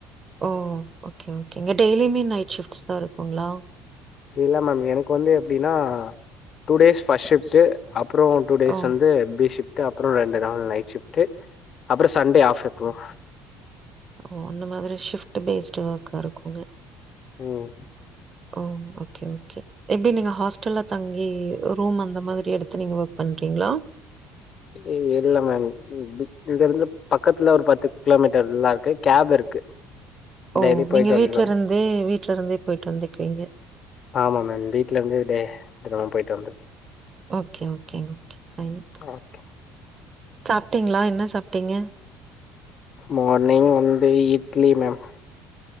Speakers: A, on the right; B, on the left.
A: ஓ ஓகே ஓகே இங்க டெய்லியுமே நைட் ஷிஃப்ட்ஸ் தா இருக்குங்ளா
B: இல்ல மேம் எனக்கு வந்து எப்டின்னா டூ டேஸ் ஃபஸ்ட் ஷிப்ட்டு அப்புரோ டூ டேஸ்
A: ஓ!
B: வந்து பிசி அப்பரோ ரெண்டு நாள் நைட் ஷிஃப்டு அப்பரோ சண்டே ஆஃப் எப்ப
A: ஓ அந்த மாதிரி ஷிஃப்ட்டு பேஸ்ட்டு ஒர்க்கா இருக்குங்க
B: ம்
A: ஓ ஓகே ஓகே எப்டி நீங்க ஹாஸ்டல்ல தங்கி ரூம் அந்த மாதிரி எடுத்து நீங்க ஒர்க் பண்றீங்ளா
B: இல் இல்ல மேம் இதுலருந்து பக்கத்துல ஒரு பத்து கிலோமீட்டர்ல்லா இருக்கு கேப்ல இருக்கு
A: ஓ
B: டெய்லி போயிட்டு
A: நீங்க
B: வந்துருவே
A: வீட்ல இருந்தே வீட்ல இருந்தே போயிட்டு வந்துக்குவீங்க
B: ஆமா மேம் வீட்லருந்து டே இப்பதா போய்ட்டு வந்த
A: okay okay okay fine
B: okay
A: சாப்டீங்களா என்ன சாப்டீங்க
B: மார்னிங் வந்து இட்லி மேம்